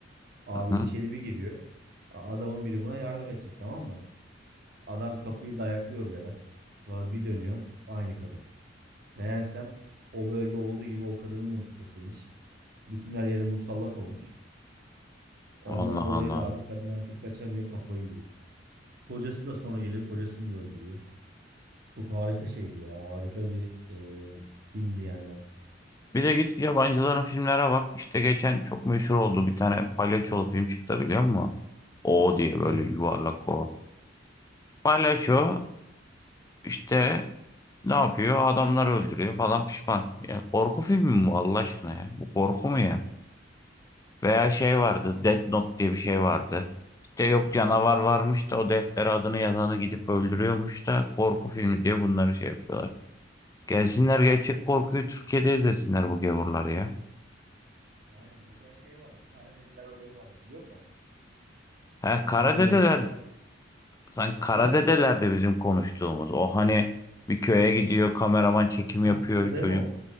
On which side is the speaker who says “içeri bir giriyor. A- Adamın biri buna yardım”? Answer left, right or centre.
Right